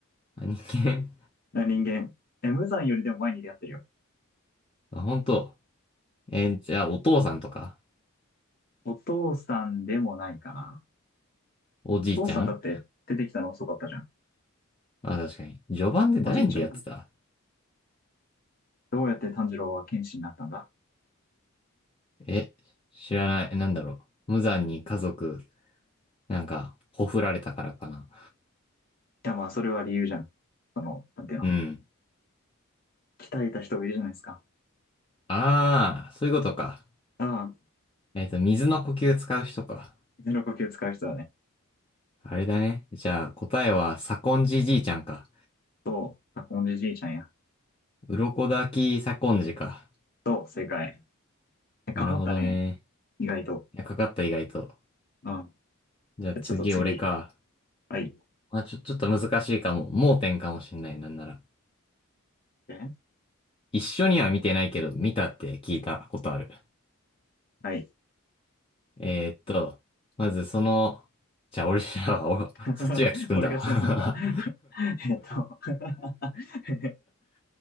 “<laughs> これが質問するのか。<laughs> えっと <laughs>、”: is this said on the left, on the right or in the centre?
Left